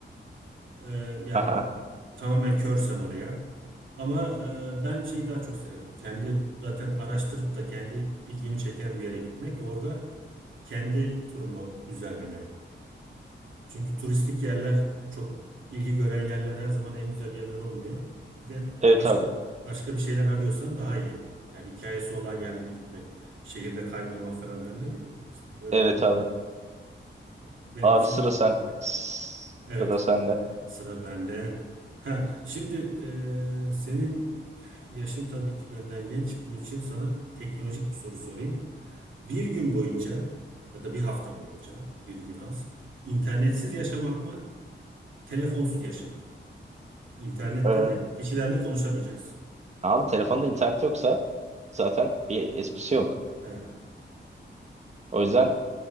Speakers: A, on the right (about 80°); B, on the right (about 35°).
A: Ee, yani
B: Aha.
A: e, tamamen körsem oraya. Ama e, ben şeyi daha çok severim. Kendi zaten araştırıp da kendi ilgimi çeken bir yere gitmek ve orada kendi turumu düzenlemek. Çünkü turistik yerler çok ilgi gören yerler her zaman en güzel yerler olmuyor. Bir de
B: Evet
A: başka
B: abi.
A: başka bir şeyler arıyorsan daha iyi. Yani hikayesi olan yerlere gitmek, şehirde kaybolmak falan derler ya böyle. İşte öyle
B: Evet
A: o-
B: abi.
A: o- benim
B: Abi
A: için
B: sıra sen
A: o daha iyi.
B: sıra
A: Evet.
B: sende.
A: Sıra bende. Ha, şimdi e, senin yaşın tabii ki benden genç. Bunun için sana teknolojik bir soru sorayım. Bir gün boyunca ya da bir hafta boyunca bir gün az internetsiz yaşamak mı, telefonsuz yaşamak mı? İnternette
B: Ee,
A: de kişilerle konuşamayacaksın.
B: abi telefonda internet yoksa zaten bir esprisi yok.
A: Evet,
B: O yüzden